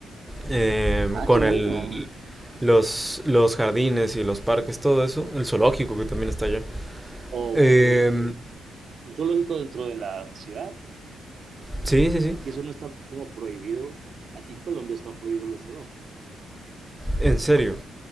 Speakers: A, in the centre; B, on the right (about 55°).
A: Em,
B: Ah,
A: con
B: qué bueno.
A: el, los, los jardines y los parques, todo eso. El zoológico que también está allá.
B: Ok.
A: Em,
B: Un zoológico dentro de la ciudad.
A: sí, sí, sí.
B: Y eso no está como prohibido. Aquí en Colombia están prohibidos los zoológicos.
A: En serio.